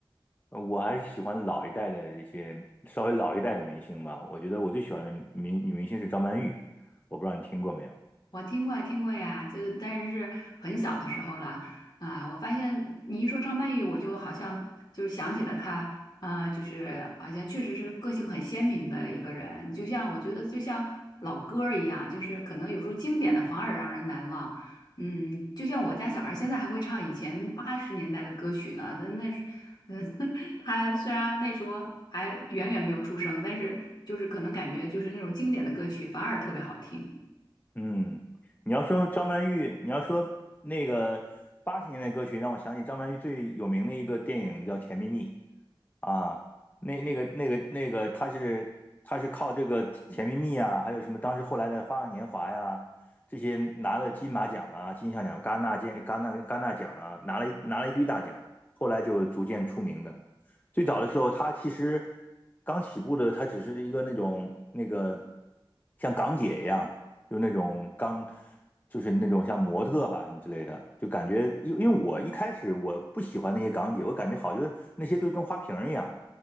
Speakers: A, on the left; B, on the left.
A: 呃我还是喜欢老一代的这些稍微老一代的明星吧。我觉得我最喜欢的明女明星是张曼玉，我不知道你听过没有？
B: 我听过呀听过呀，就但是是很小的时候了啊。我发现你一说张曼玉，我就好像就是想起了她，啊，就是好像确实是个性很鲜明的一个人，就像我觉得就像老歌儿一样，就是可能有时候经典的反而让人难忘。嗯，就像我家小孩儿现在还会唱以前八十年代的歌曲呢，那那是，嗯，<laughs> 他虽然那时候还远远没有出生，但是就是可能感觉就是那种经典的歌曲反而特别好听。
A: 嗯，你要说张曼玉，你要说那个八十年代歌曲，让我想起张曼玉最有名的一个电影叫《甜蜜蜜》啊，那那个那个那个，她是她是靠这个《甜蜜蜜》啊，还有什么当时后来的《花样年华》呀，这些拿了金马奖啊、金像奖、戛纳金戛纳戛纳奖啊，拿了一拿了一堆大奖，后来就逐渐出名的。最早的时候，她其实刚起步的，她只是一个那种那个像港姐一样。就那种刚，就是那种像模特吧之类的，就感觉，因因为我一开始我不喜欢那些港姐，我感觉好就是那些就跟花瓶儿一样。